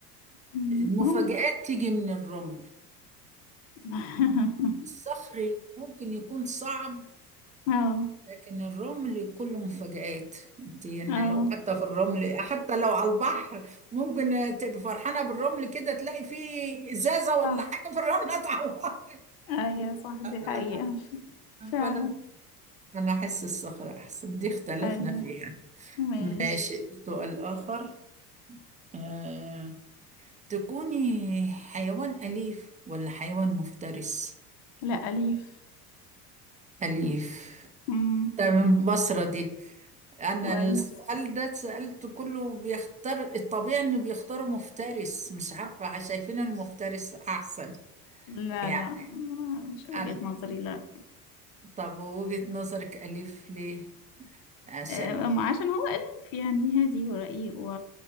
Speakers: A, on the left; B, on the right.
A: م-
B: المفاجآت
A: ممكن
B: تيجي من الرمل
A: <laughs>
B: الصخر ممكن يكون صعب
A: اه
B: لكن الرمل كله مفاجآت انت يعني
A: اه
B: لو حتى في الرمل حتى لو على البحر ممكن تبقى فرحانة بالرمل كده تلاقي فيه إزازة ولا
A: صح
B: حاجة في الرمل هتعورك
A: ايوه
B: لا،
A: صح دي
B: أنا-
A: حقيقة فعلا
B: فأنا أنا أحس الصخرة أحسن دي اختلفنا
A: ايوه
B: فيها
A: ماشي
B: ماشي سؤال آخر أه... تكوني حيوان أليف ولا حيوان مفترس
A: لا أليف
B: أليف
A: امم
B: تمام بصرة دي انا
A: كويس
B: السؤال ده سألته كله بيختار الطبيعي انه بيختاروا مفترس مش عارفة شايفين المفترس احسن
A: لا
B: يعني
A: لا ما- مش وجهة
B: انا
A: نظري لا
B: طب وجهة نظرك اليف ليه عشان
A: آه، ما عشان هو أليف يعني هادي ورقيق و...